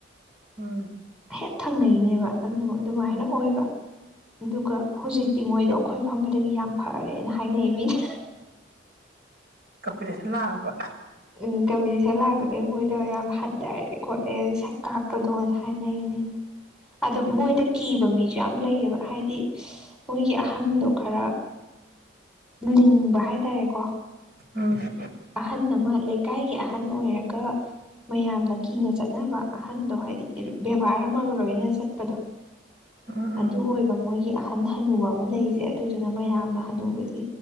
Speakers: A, on the right; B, in the centre.
A: ꯎꯝ
B: ꯍꯦꯛ ꯊꯪꯅꯩꯅꯦꯕ ꯑꯗꯨ ꯑꯗꯨꯃꯥꯏꯅ
A: ꯎꯝ
B: ꯑꯣꯏꯕ ꯑꯗꯨꯒ ꯍꯧꯖꯤꯛꯇꯤ ꯃꯣꯏꯗꯣ ꯑꯩꯈꯣꯏ ꯐꯝꯕꯗꯒꯤ ꯌꯥꯝ ꯐꯔꯦꯅ ꯍꯥꯏꯅꯩ ꯃꯤꯅ
A: ꯀꯄꯤꯔꯁꯂꯕ <inaudible>
B: ꯎꯝ ꯀꯝꯄꯤꯇꯤꯁꯟ ꯂꯥꯛꯄꯗꯒꯤ ꯃꯣꯏꯗꯣ ꯌꯥꯝ ꯍꯟꯊꯔꯦ ꯈꯣꯠꯂꯦ ꯁꯛ ꯀꯥꯛꯄꯗꯣꯅ ꯍꯥꯏꯅꯩ ꯃꯤꯅ ꯑꯗꯣ
A: ꯎꯝ
B: ꯃꯣꯏꯗ ꯀꯤꯕ ꯃꯤꯁꯨ ꯌꯥꯝ ꯂꯩꯌꯦꯕ ꯍꯥꯏꯗꯤ ꯃꯣꯏꯒꯤ ꯑꯍꯟꯗꯣ ꯈꯔ ꯂꯤꯡꯕ ꯍꯥꯏꯇꯥꯔꯦꯀꯣ
A: ꯎꯝ
B: ꯑꯍꯟ ꯑꯃ ꯂꯩꯀꯥꯏꯒꯤ ꯑꯍꯟ ꯑꯣꯏꯔꯒ ꯃꯌꯥꯝꯅ ꯀꯤꯅ ꯆꯠꯅꯕ ꯑꯍꯟꯗꯣ ꯍꯥꯏꯗꯤ ꯕꯦꯕꯥꯔ ꯑꯃꯒ ꯂꯣꯏꯅꯅ ꯆꯠꯄꯗꯣ
A: ꯎꯝ ꯎꯝ
B: ꯑꯗꯨ ꯑꯣꯏꯕ ꯃꯣꯏꯒꯤ ꯑꯍꯜ ꯍꯟꯅꯨꯕ ꯑꯃ ꯂꯩꯖꯦ ꯑꯗꯨꯗꯨꯅ ꯃꯌꯥꯝꯅ ꯍꯟꯅꯨꯕꯁꯤ